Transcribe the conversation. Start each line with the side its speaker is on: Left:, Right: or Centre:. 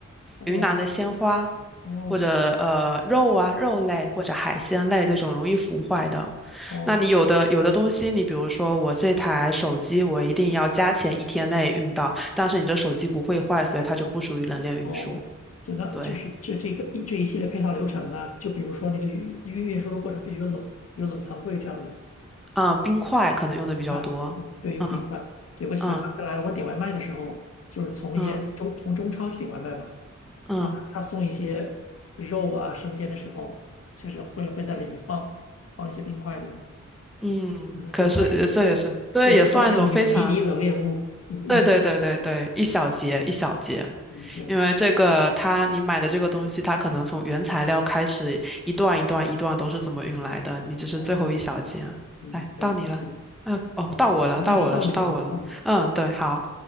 Left: 哦
Centre: 云南的鲜花，
Left: 哦
Centre: 或者呃肉啊，肉类或者海鲜类这种容易腐坏的。
Left: 哦
Centre: 那你有的有的东西，你比如说我这台手机，我一定要加钱一天内运到，但是你这手机不会坏，所以它就不属于冷链运输。
Left: 哦，整个就是这这个一这一系列配套流程啊，
Centre: 对，
Left: 就比如说那个运运运输的过程必须有冷有冷藏柜这样的
Centre: 啊、冰块可能用的比较多。
Left: 啊，用对，用冰块。
Centre: 嗯
Left: 对，我想想起来了，
Centre: 嗯
Left: 我点外卖的时候，就是从一些中从中超去点外卖吧。
Centre: 嗯嗯
Left: 他他送一些肉啊生鲜的时候，确实会会在里面放放一些冰块这样的，
Centre: 嗯，嗯可是呃这也是，
Left: 嗯这算一
Centre: 对，
Left: 对，
Centre: 也算一种非常。
Left: 这算一个迷迷你冷链物物运，
Centre: 对对对对对，
Left: 对，
Centre: 一小节一小节，
Left: 嗯对，
Centre: 因为这个它你买的这个东西，它可能从原材料开始一段一段一段都是怎么运来的，你只是最后一小节啊。
Left: 哦，嗯对，
Centre: 来，到你了，
Left: 行，
Centre: 嗯，哦，到我了，
Left: 应该是到你了，
Centre: 到我了，是到我了。
Left: 到你了，
Centre: 嗯，对，好，